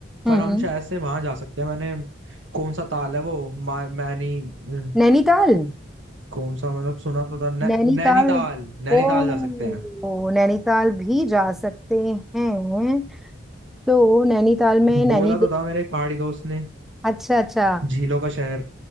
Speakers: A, in the centre; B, on the right (about 70°).
A: हम्म,
B: पर हम
A: हम्म।
B: शायद से वहां जा सकते हैं मैंने कौन सा ताल है वो मा, मैनी अ,
A: नैनीताल
B: कौन सा मतलब सुना तो था नै,
A: नैनीताल
B: नैनीताल नैनीताल
A: ओ
B: जा सकते हैं
A: ओ, नैनीताल भी जा सकते हैं तो नैनीताल में नैनी
B: बोला तो था मेरे एक पहाड़ी दोस्त ने
A: अच्छा अच्छा
B: झीलों का शहर